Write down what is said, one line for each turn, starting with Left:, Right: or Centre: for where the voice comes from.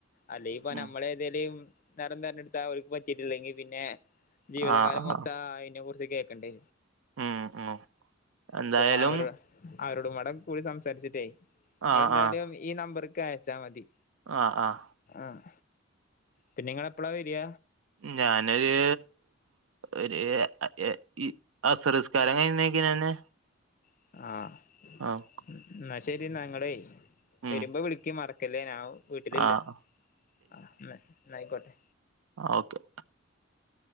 Left: അല്ലെങ്കി ഇപ്പ
Right: ഉം
Left: നമ്മള് എലും നടന്നഞ്ഞെടുത്ത അവക്കും പറ്റിട്ടില്ലെങ്കിൽ പിന്നെ ജീവിതകാലം
Right: ആഹ് ആഹ്
Left: മൊത്തം അതിനെ കുറിച്ച് കേക്കണ്ടേ
Right: ഉം ഉം എന്തായാലും
Left: പ്പൊ അവരു അവരോടും പാടെ കൂടി സംസാരിച്ചിട്ടേയ് നിങ്ങെളെന്താലും
Right: ആഹ് ആഹ്
Left: ഈ നമ്പറിക്ക് അയച്ചാ മതി.
Right: ആഹ് ആഹ്
Left: ആഹ് പിന്നെ നിങ്ങള് എപ്പളാ വരിക
Right: ഞാനൊരു ഒരു എ ഇ അസറ്സ്ക്കാരം കയ്ഞ്ഞേക്ക്നെന്നേ
Left: ആഹ്
Right: ആഹ്
Left: ന്നാ ശരിന്നാ ഞങ്ങളേ
Right: ഉം
Left: വരുമ്പോ വിളിക്കിം മറക്കല്ലേ ഞാൻ വീട്ടിലില്ല
Right: ആഹ്
Left: ആഹ് ഇന്ന ഇന്നായിക്കോട്ടെ
Right: ആഹ്ഓക്കെ